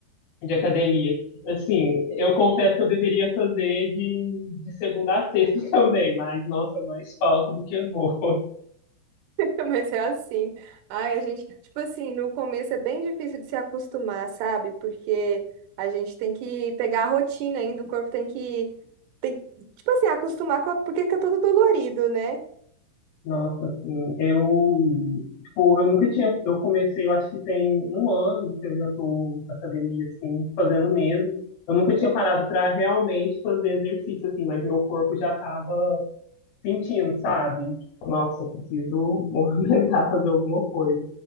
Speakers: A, on the left; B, on the right.
A: de academia. Assim, eu confesso que eu deveria fazer de, de segunda a sexta <laughs> também, mas, nossa, é mais falta do que eu vou.
B: <laughs> Mas é assim. Ai, a gente, tipo assim, no começo é bem difícil de se acostumar, sabe? Porque a gente tem que pegar a rotina ainda, o corpo tem que, tem, tipo assim, acostumar com a, porque fica todo dolorido, né?
A: Nossa, assim, eu, tipo, eu nunca tinha, eu comecei, eu acho que tem um ano que eu já tô na academia, assim, fazendo mesmo. Eu nunca tinha parado para realmente fazer exercício, assim, mas meu corpo já tava sentindo, sabe? Tipo, Nossa, eu preciso <laughs> movimentar, fazer alguma coisa.